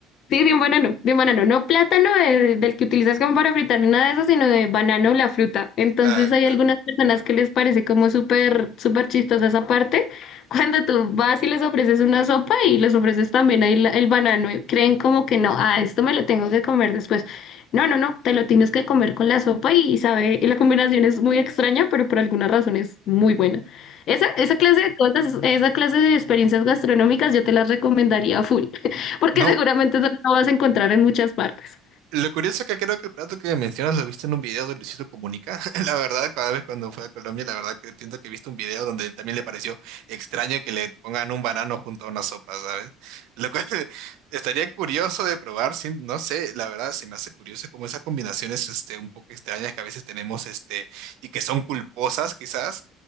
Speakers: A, on the left; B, on the right.
A: sí, de un banano, de un banano, no plátano eh, del que utilizas como para fritar ni nada de eso, sino de banano, la fruta. Entonces
B: Ah,
A: hay
B: claro.
A: algunas personas que les parece como súper, súper chistosa esa parte, <laughs> cuando tú vas y les ofreces una sopa y les ofreces también ahí la- el banano, y creen como que no, ah, esto me lo tengo que comer después. No, no, no, te lo tienes que comer con la sopa y, y sabe, y la combinación es muy extraña, pero por alguna razón es muy buena. Esa, esa clase de cosas, esa clase de experiencias gastronómicas yo te las recomendaría a full, <laughs> porque
B: No,
A: seguramente eso no lo vas a encontrar en muchas partes.
B: Lo curioso es que creo que el plato que mencionas lo viste en un video de Luisito Comunica. <laughs> La verdad, cada vez cuando fue a Colombia, la verdad que entiendo que he visto un video donde también le pareció extraño que le pongan un banano junto a una sopa, ¿sabes? Lo cual <laughs> estaría curioso de probar, sin, no sé, la verdad se me hace curioso como esas combinaciones este, un poco extrañas que a veces tenemos este, y que son culposas quizás,